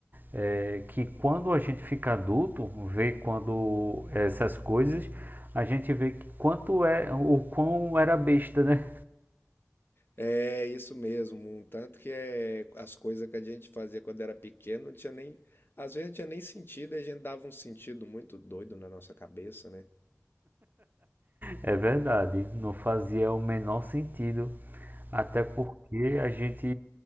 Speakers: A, on the right; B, on the left.
A: é, que quando a gente fica adulto, vê quando essas coisas, a gente vê que quanto é, o quão era besta, né?
B: É isso mesmo. Um tanto que é as coisas que a gente fazia quando era pequeno, não tinha nem. Às vezes não tinha nem sentido, e a gente dava um sentido muito doido na nossa cabeça, né?
A: É verdade, não fazia o menor sentido, até porque a gente,